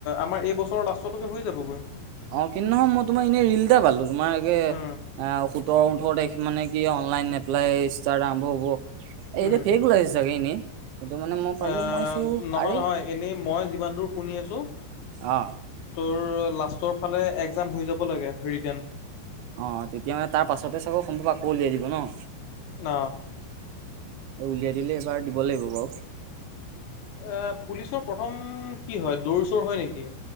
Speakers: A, on the left (about 75°); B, on the right (about 80°).
A: আমাৰ এই বছৰৰ লাষ্টলৈকে হৈ যাবগৈ।
B: অ' কিন্তু নহয় মই তোমাৰ এনেই ৰিল এটা পালো তোমাৰ একে
A: উম
B: আ সোতৰ ওঠৰ তাৰিখ মানে কি অনলাইন এপ্লাই ইষ্টাৰ্ট আৰম্ভ হ'ব। এতিয়া
A: উম
B: ফেক ওলাইছে ছাগে এনেই। কিন্তু মানে মই পালো
A: এ
B: মইছো
A: নহয়-
B: আৰে
A: নহয় এনেই মই যিমান দূৰ শুনি আছোঁ
B: অ
A: তোৰ লাষ্টৰ ফালে একজাম হৈ যাব লাগে ৰি
B: অ'- অ' তেতিয়া মানে তাৰ পাছতে চাগৈ সম্ভৱ আকৌ উলিয়াই দিব ন।
A: ন।
B: এই উলিয়াই দিলে এবাৰ দিব লাগিব বাৰু।
A: এ পুলিচৰ প্ৰথম কি হয় দৌৰ চৌৰ হয় নেকি।